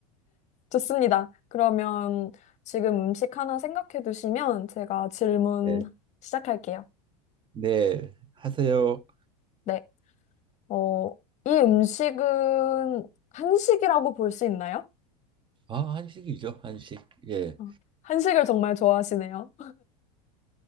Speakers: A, on the left; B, on the right.
A: 좋습니다. 그러면 지금 음식 하나 생각해 두시면 제가 질문
B: 예.
A: 시작할게요.
B: 네, 하세요.
A: 네, 어, 이 음식은 한식이라고 볼 수 있나요?
B: 아, 한식이죠, 한식. 예,
A: 어, 한식을 정말 좋아하시네요.